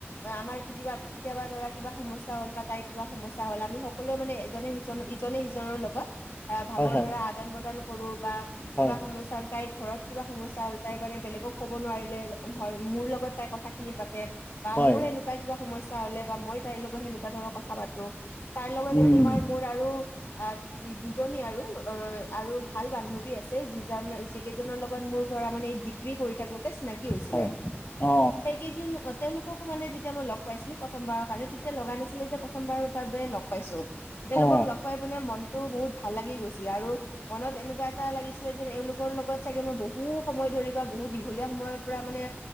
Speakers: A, on the left (about 65°); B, on the left (about 45°).
A: আমাৰ কেতিয়াবা কেতিয়াবা ধৰা কিবা সমস্যা হল বা তাইৰ কিবা সমস্যা হ'ল আমি সকলোৱে মানে এজনে সিজন ইজনে সিজনৰ লগত এ, ভাৱৰ
B: হয় হয়
A: ধৰা আদান প্ৰদান কৰবো বা
B: হয়
A: কিবা সমস্যা তাই ঘৰত কিবা সমস্যা হ'ল তাই মানে বেলেগক ক'ব নোৱাৰি, লে মোৰ লগত তাই কথাখিনি পা তে বা
B: হয়
A: মোৰ হেনেকুৱা কিবা সমস্যা হ'লে বা মই তাইৰ লগত সেনো <unintelligible> কথা পাতো, তাৰ লগতে
B: উম
A: তোমাৰ
B: উম,
A: মোৰ আৰু <unintelligible> কি আৰু অ, আৰু ভাল বান্ধৱী আছে যিজন, যিকেইজনৰ লগত মোৰ ধৰা মানে দি ৰি পঢ়ি থাকোঁতে চিনাকি হৈছিলে।
B: হয় অ
A: সেইকেইজন অ, তেওঁলোককো মানে যেতিয়া মই লগ পাইছিলোঁ প্ৰথমবাৰ আৰে তেতিয়া লগা নাছিলে যে প্ৰথমবাৰৰ বাবে লগ পাইছোঁ। তেওঁলোকক
B: অ
A: লগ পাই পিনে মনতো বহুত ভাল লাগি গৈছিলে আৰু, মনত এনেকুৱা এটা লাগিছিলে যেন এওঁলোকৰ লগত চাগে মই বহু সময় ধৰি বা বহু বহু দীঘলীয়া সময়ৰ পৰা মানে